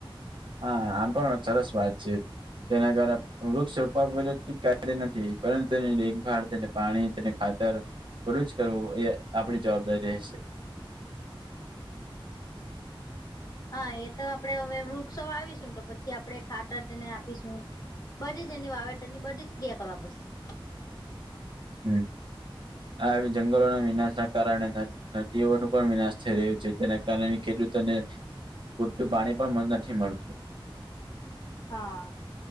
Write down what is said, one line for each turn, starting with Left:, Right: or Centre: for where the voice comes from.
Right: હા આમ પણ સરસ વાત છે. તેના કારણે વૃક્ષ રોપવા કાર્ય નથી પરંતુ તે એકભ તેને. પાણી તેને ખાતર બડું જ કરવું એ આપણી જવાબદારી રહેશે.
Left: હા એ તો આપણેે હવે વૃક્ષો આવીશું તો પછી આપણે ખાટર તેને આપીશું. બધી જ એની વાવેતરની બધી જ ક્રિયા કરવા પડશે.
Right: હમ આ જંગલોના વિનાશ ના કારણે. નદીઓ ન પણ વિનાશ થઈ રહ્યું છે જેના કારણે ખેડૂતોને પૂરતું પાણી પણ નથી મળતું.
Left: હા